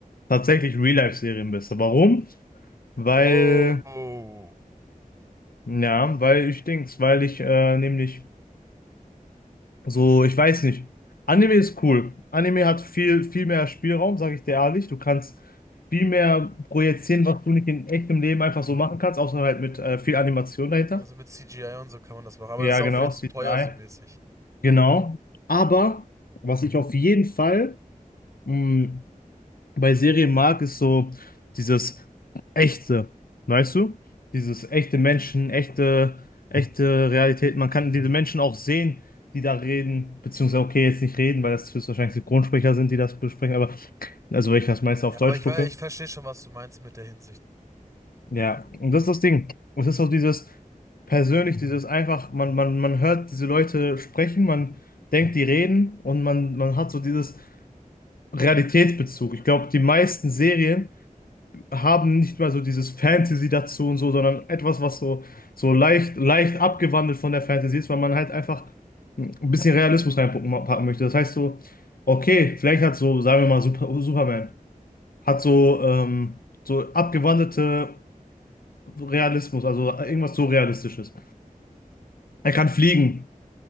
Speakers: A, on the left (about 85°); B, on the right (about 20°).
A: tatsächlich Real-Life-Serien besser. Warum? Weil,
B: Wow.
A: ja, weil ich denk's, weil ich äh, nämlich so, ich weiß nicht. Anime ist cool. Anime hat viel, viel mehr Spielraum, sage ich dir ehrlich. Du kannst viel mehr projizieren, was du nicht in echtem Leben einfach so machen kannst, außer halt mit äh, viel Animation dahinter.
B: Also mit CGI und so kann man das machen, aber
A: Ja,
B: das ist auch
A: genau,
B: wieder zu
A: CGI.
B: teuer so mäßig.
A: Genau. Aber was ich auf jeden Fall, mh, bei Serien mag, ist so dieses Echte, weißt du? Dieses echte Menschen, echte, echte Realität. Man kann diese Menschen auch sehen, die da reden, beziehungsweise, okay, jetzt nicht reden, weil das höchstwahrscheinlich Synchronsprecher sind, die das besprechen, aber also weil ich das meiste
B: Ja,
A: auf Deutsch
B: aber ich
A: gucke.
B: weiß, ich verstehe schon, was du meinst mit der Hinsicht.
A: Ja, und das ist das Ding. Und das ist auch dieses persönlich, dieses einfach, man, man, man hört diese Leute sprechen, man denkt, die reden und man, man hat so dieses Realitätsbezug. Ich glaube, die meisten Serien haben nicht mal so dieses Fantasy dazu und so, sondern etwas, was so, so leicht, leicht abgewandelt von der Fantasy ist, weil man halt einfach ein bisschen Realismus reinpacken packen möchte. Das heißt so, okay, vielleicht hat so, sagen wir mal, Super, Superman, hat so, ähm, so abgewandelte Realismus, also irgendwas so Realistisches. Er kann fliegen.